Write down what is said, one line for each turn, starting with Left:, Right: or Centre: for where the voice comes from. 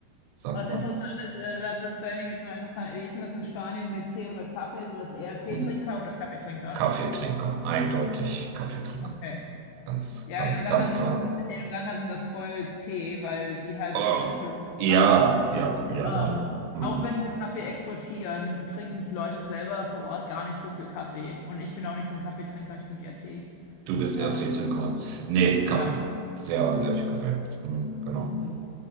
Right: sagt
Left: Was interessant ist, äh, das fände ich jetzt mal interessant. Wie ist denn das in Spanien mit Tee oder Kaffee? Sind das eher Teetrinker
Right: man.
Left: oder Kaffeetrinker?
Right: Kaffeetrinker, eindeutig Kaffeetrinker.
Left: Okay.
Right: Ganz,
Left: Ja,
Right: ganz,
Left: in Uganda
Right: ganz
Left: sind
Right: klar.
Left: das, in Uganda sind das voll Tee, weil die halt
Right: Oh,
Left: britische Kolonien
Right: ja,
Left: waren.
Right: ja, ja,
Left: Ähm,
Right: dann. Mhm.
Left: auch wenn sie Kaffee exportieren, trinken die Leute selber vor Ort gar nicht so viel Kaffee. Und ich bin auch nicht so ein Kaffeetrinker, ich trinke eher Tee.
Right: Du bist
Left: Ähm,
Right: eher Teetrinker. Nee, Kaffee.
Left: ja.
Right: Sehr, sehr viel Kaffee. Mhm, genau.
Left: Mhm.